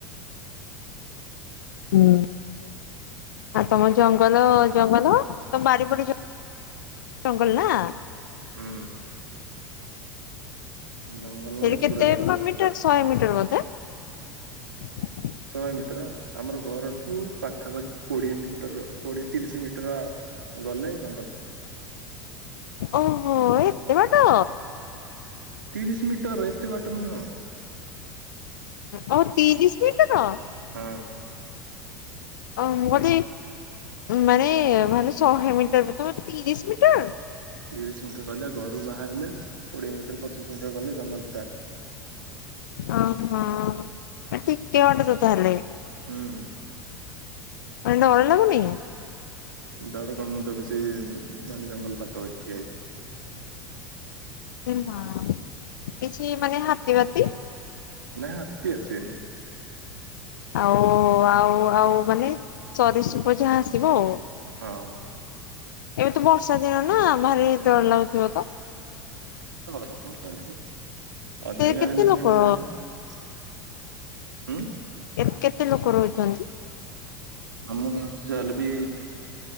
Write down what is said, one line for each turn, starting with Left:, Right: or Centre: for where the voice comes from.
Left: ହୁଁ ଆଉ ତମ ଜଙ୍ଗଲ ଜଙ୍ଗଲ ତମ ବାଡି ପଟେ ଜଙ୍ଗଲ ନା?
Right: ହୁଁ ଜଙ୍ଗଲ
Left: ସେଠି
Right: ମାନେ
Left: କେତେ
Right: ପୁରା ଜଙ୍ଗଲ
Left: ମ ମିଟର ଶହେ ମିଟର ଟର ବୋଧେ
Right: ଶହେ ମିଟର ଆମର ଘର ଠୁ ପାଖାପାଖି କୋଡିଏ ମିଟର ଅ କୋଡିଏ ତିରିଶି ମିଟର ଗଲେ ଜଙ୍ଗଲ
Left: ଓହୋ ଏ ତେ ବାଟ
Right: ତିରିଶି ମିଟର ଏତେ ବାଟ ନୁହଁ।
Left: ଓ ତିରିଶ ମିଟର
Right: ହଁ
Left: ଅ ମୁଁ କହିଲି ମାନେ ମାନେ ଶହେ ମିଟର ବୋଲି ତମେ ତିରିଶି ମିଟର।
Right: ତିରିଶି ମିିଟର କହିଲି ବା ଘରୁ ବାହାରିଲେ କୋଡ଼ିଏ ମିଟର ପଚିଶି ମିଟର ଗଲେ ଜଙ୍ଗଲ ଷ୍ଟାର୍ଟ।
Left: ଓହୋ ଆ ଟିକେ ବାଟ ତ ତାହେଲେ।
Right: ହୁଁ
Left: ମାନେ ଡର ଲାଗୁନି।
Right: ଡର କଣ ମୁଁ ତ ବେଶୀ ସି ମାନେ ଜଙ୍ଗଲ ପାଖା ପାାଖି ଠିଆ ହେଇଛି।
Left: ହଁ କିଛି ମାନେ ହାତୀ ବାତି
Right: ନାଇ ହାତୀ ଆସିବେନି।
Left: ଆଉ ଆଉ ଆଉ ମାନେ ସରୀସୃପ ଯାହା ଆସିବ ଆଉ।
Right: ହଁ
Left: ଏବେ ତ ବର୍ଷା ଦିନ ନା ଭାରି ଡର ଲାଗୁଥିବ ତ?
Right: ଡର କଣ ପାଇଁ ଲାଗିବ। ଅନ୍ୟ
Left: ସେ କେତେ
Right: ଗାଁ ହେଲେ
Left: ଲୋକ
Right: ସିନା ଡର ଲାଗିବ। ଉଁ
Left: ଏ କେତେ ଲୋକ ରହୁଛନ୍ତି?
Right: ଆମ ଗାଁ ତ ଯାହା ହେଲେ ବି